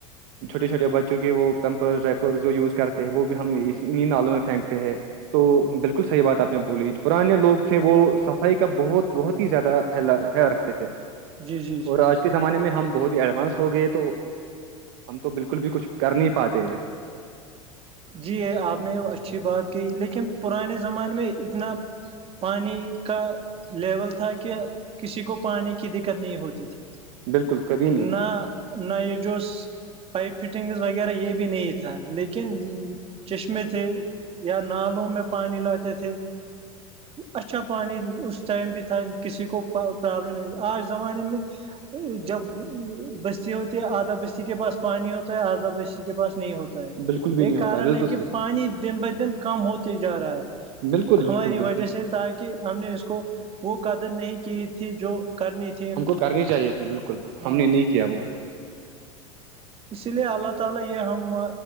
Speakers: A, on the right; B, on the right.
A: چھوٹے چھوٹے بچوں کے وہ پمپر ڈائپر جو یوز کرتے ہیں وہ بھی ہم اس انہیں نالوں میں پھینکتے ہیں تو بالکل صحیح بات آپ نے بولی پرانے لوگ تھے وہ صفائی کا بہت بہت ہی زیادہ خیال رکھتے تھے اور
B: جی جی جی
A: آج کے زمانے میں ہم بہت ہی ایڈوانس ہو گئے تو ہم تو بالکل بھی کچھ کر نہیں پاتے ہیں
B: جی آپ نے اچھی بات کہ لیکن پرانے زمانے میں اتنا پانی کا لیول تھا کہ کسی کو پانی کی دقت نہیں ہوتی تھی
A: بالکل کبھی نہیں
B: نہ نہ یہ جو پائپ فٹنگز وغیرہ یہ بھی نہیں تھا لیکن چشمے تھے یا نالوں میں پانی لاتے تھے اچھا پانی اس ٹائم بھی تھا کسی کو پرابلم نہیں آج زمانے میں جب بستی ہوتی ہے آدھا بستی کے پاس پانی ہوتا ہے آدھا بستی کے پاس نہیں ہوتا تا ہے
A: بالکل بھی نہیں
B: یہ
A: ہوتا
B: کارن
A: بالکل
B: ہے کہ
A: صحیح
B: پانی دن بہ دن کم ہوتے جا رہا ہے
A: بالکل بالکل
B: ہماری وجہ
A: بالکل
B: سے تھا کہ ہم نے اس کو وہ قدر نہیں کی تھی جو کرنی تھی
A: ہم کو کرنی چاہیے تھی بالکل
B: ہاں
A: ہم نے نہیں کیا وہ
B: اسی لیے اللہ تعالی یہ ہم